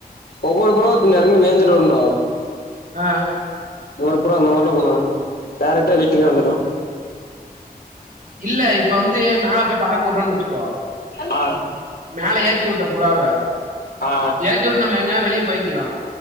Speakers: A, on the left; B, on the right.
A: ஒவ்வொரு புறங்க நறைய மேஞ்சட்டு வந்துரு
B: அ
A: இந்த ஒரு புறா அந்த மாதிரிலாம் பண்ணது டேரக்டா வீட்டுக்கு வந்துடும்
B: இல்ல இப்ப மேல பறக்குடுறான்ன்னு வச்சுக்கோ
A: ஆ
B: மேல ஏத்தி விட்ட புறாவ
A: ஆ
B: ஏத்தி விட்டு நம்ம எங்கயா வெளியே போய்க்கலாம்